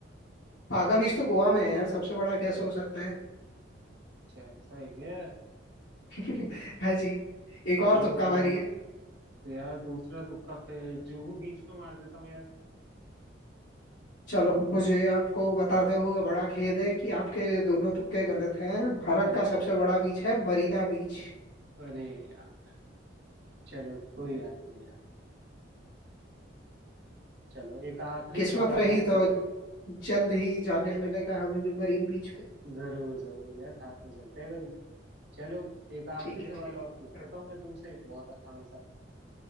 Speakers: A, on the left (about 75°); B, on the right (about 65°).
A: बागा बीच तो गोवा में है यार सबसे बड़ा कैसे हो सकता है
B: अच्छा ऐसा है क्या यार?
A: <laughs> है जी एक और
B: तो,
A: तुक्का मारी है
B: तो यार दूसरा तुक्का फिर जुहू बीच पे मार देता हूँ यार
A: चलो मुझे आपको बताते हुए बड़ा खेद है कि आपके दोनों तुक्के गलत हैं भारत
B: अरे
A: का सबसे बड़ा बीच है मरीना बीच
B: अरे यार चलो कोई बात नहीं यार चलो एक आखिरी
A: किस्मत
B: सवाल
A: रही
B: मैं आपको
A: तो
B: देता
A: जल्द ही जाने मिलेगा हमें भी मरीन बीच पे
B: हूँ जरूर जरूर यार साथ में चलते हैं कभी चलो एक आखिरी
A: ठीक
B: सवाल
A: है ठीक
B: और पूछ
A: है
B: लेता हूँ मैं तुमसे बहुत आसान सा